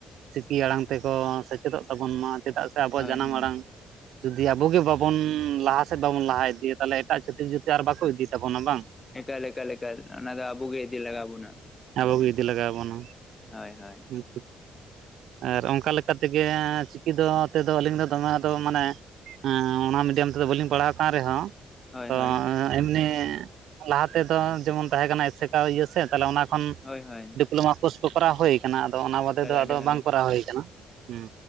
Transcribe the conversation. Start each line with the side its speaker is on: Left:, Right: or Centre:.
Right: ᱪᱤᱠᱤ ᱟᱲᱟᱝ ᱛᱮᱠᱚ ᱥᱮᱪᱮᱫᱚᱜ ᱛᱟᱵᱚᱱ ᱢᱟ, ᱪᱮᱫᱟᱜ ᱥᱮ ᱟᱵᱚᱣᱟᱜ
Left: ᱦᱳᱭ
Right: ᱡᱟᱱᱟᱢ
Left: ᱦᱳᱭ
Right: ᱟᱲᱟᱝ, ᱡᱩᱫᱤ ᱟᱵᱚ ᱜᱮ ᱵᱟᱵᱚᱱ ᱞᱟᱦᱟ ᱥᱮᱫ ᱵᱟᱵᱚᱱ ᱞᱟᱦᱟ ᱤᱫᱤᱭᱟ ᱛᱟᱦᱚᱞᱮ ᱮᱴᱟᱜ ᱪᱷᱟᱹᱛᱤᱠ ᱡᱟᱹᱛᱤ ᱟᱨ ᱵᱟᱠᱚ ᱤᱫᱤ ᱛᱟᱵᱚᱱᱟ ᱵᱟᱝ᱾
Left: ᱮᱠᱟᱞ ᱮᱠᱟᱞ ᱮᱠᱟᱞ ᱚᱱᱟ ᱫᱚ ᱟᱵᱚ ᱜᱮ ᱤᱫᱤ ᱞᱟᱜᱟᱣ ᱵᱚᱱᱟ᱾
Right: ᱟᱵᱚ ᱜᱮ ᱤᱫᱤ ᱞᱟᱜᱟᱣ ᱵᱚᱱᱟ᱾
Left: ᱦᱳᱭ ᱦᱳᱭ,
Right: ᱟᱪᱪᱷᱟ ᱟᱪᱪᱷᱟ᱾ ᱟᱨ ᱚᱱᱠᱟ ᱞᱮᱠᱟ ᱛᱮᱜᱮ ᱪᱤᱠᱤ ᱫᱚ ᱛᱮᱫᱚ ᱟᱹᱞᱤᱧ ᱫᱚ ᱫᱚᱢᱮ ᱟᱫᱚ ᱢᱟᱱᱮ, ᱮᱸ ᱚᱱᱟ ᱢᱤᱰᱤᱭᱟᱢ ᱛᱮᱫᱚ ᱵᱟᱹᱞᱤᱧ ᱯᱟᱲᱦᱟᱣ ᱟᱠᱟᱱ ᱨᱮᱦᱚᱸ
Left: ᱦᱳᱭ
Right: ᱛᱚ,
Left: ᱦᱳᱭ
Right: ᱮᱸ ᱮᱢᱱᱤ ᱞᱟᱦᱟ ᱛᱮᱫᱚ ᱡᱮᱢᱚᱱ ᱛᱟᱦᱮᱸ ᱠᱟᱱᱟ ᱮᱥᱮᱠᱟᱣ ᱤᱭᱟᱹ ᱥᱮ ᱛᱟᱦᱚᱞᱮ ᱚᱱᱟ ᱠᱷᱚᱱ
Left: ᱦᱳᱭ ᱦᱳᱭ᱾
Right: ᱰᱤᱯᱞᱳᱢᱟ ᱠᱳᱨᱥ ᱠᱚ ᱠᱚᱨᱟᱣ ᱦᱩᱭ ᱠᱟᱱᱟ ᱟᱫᱚ ᱚᱱᱟ ᱵᱟᱫᱮ
Left: ᱠᱟᱞᱟᱰᱤ
Right: ᱫᱚ ᱟᱫᱚ
Left: ᱵᱷᱟᱜᱮ
Right: ᱵᱟᱝ ᱠᱚᱨᱟᱣ ᱦᱩᱭᱩ ᱠᱟᱱᱟ ᱾ᱦᱩᱸ